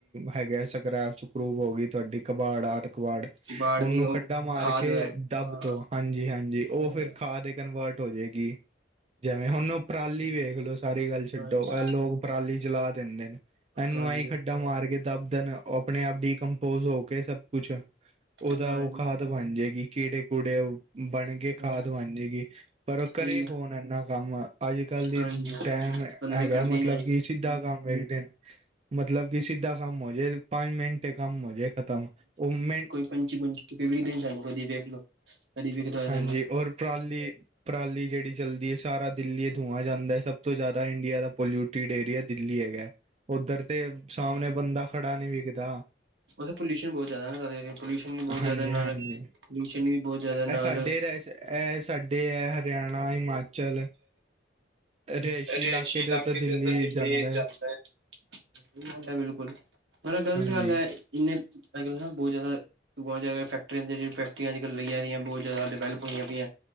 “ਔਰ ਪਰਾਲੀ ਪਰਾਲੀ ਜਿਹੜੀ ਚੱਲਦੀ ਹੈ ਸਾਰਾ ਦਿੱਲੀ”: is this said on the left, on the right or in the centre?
Right